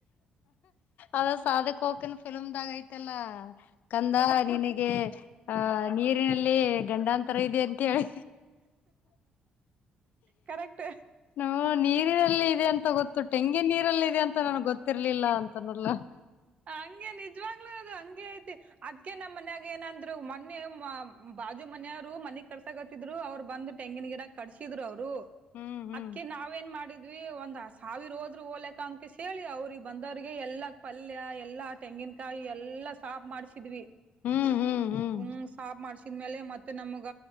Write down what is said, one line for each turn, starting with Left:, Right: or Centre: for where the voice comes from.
Left: ಅದ ಸಾಧ ಕೋಕನ್ ಫಿಲಮ್ದಾಗ ಐತಲ್ಲ ಕಂದ ನಿನಗೆ ಆಹ ನೀರಿನಲ್ಲಿ ಗಂಡಾಂತರ ಇದೆ ಅಂತೇಳಿ
Right: ಕರೆಕ್ಟ್
Left: ಹ ನೀರಿನಲ್ಲಿ ಇದೆ ಅಂತ ಗೊತ್ತು ತೆಂಗಿನ ನೀರಲ್ಲಿ ಇದೆ ಅಂತ ನನ್ಗ್ ಗೊತ್ತು ತಿರ್ಲಿಲ್ಲ ಅಂತನಲ್ಲ
Right: ಹಂಗೆ ನಿಜವಾಗ್ಲೂ ಅದು ಹಂಗಗೆ ಐತಿ ಅದ್ಕ ನಮ್ಮ ಮನ್ಯಾಗ ಏನಂದ್ರು ಮೊನ್ನೆ ಬಾಜು ಮನೆಯವರು ಮನೆಗ್ ಕರ್ಸಕತ್ತಿದ್ರು ಅವ್ರು ಬಂದ ತೆಂಗಿನ ಗಿಡಕ್ ಕಟ್ಸಿದ್ರು ಅವರು
Left: ಹ್ಮ್ ಹ್ಮ್
Right: ಅದ್ಕ ನಾವ ಏನ್ ಮಾಡಿದ್ವಿ ಒಂದ್ ಸಾವಿರ ಹೋದ್ರು ಓಲಕ್ ಕನ್ ಕ ಹೇಳಿ ಅವ್ರಿಗೆ ಬಂದವ್ರಿಗೆ ಎಲ್ಲಾ ಪಲ್ಯ ಎಲ್ಲಾ ತೆಂಗಿಿನ ಕಾಯಿ ಎಲ್ಲಾ ಸಾಫ ಮಾಡ್ಸಿದ್ವಿ
Left: ಹ್ಮ್ ಹ್ಮ್ ಹ್ಮ್
Right: ಹ ಸಾಫ ಮಾಡ್ಸಿದ್ಮೇಲೆ ಮತ್ತೆ ಮ ನಮ್ಗ